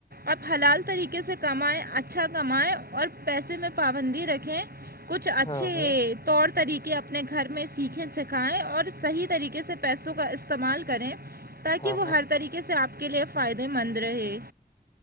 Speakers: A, on the right; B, on the left.
A: آپ حلال طریقے سے کمائیں اچھا کمائیں اور پیسے میں پابندی رکھیں کچھ اچھے
B: ہاں ہاں
A: طور طریقے اپنے گھر میں سیکھیں سکھائیں اور صحی طریقے سے پیسوں کا استعمال کریں تاکہ
B: ہاں
A: وہ
B: ہاں
A: ہر طریقے سے آپ کے لیے فائدے مند رہے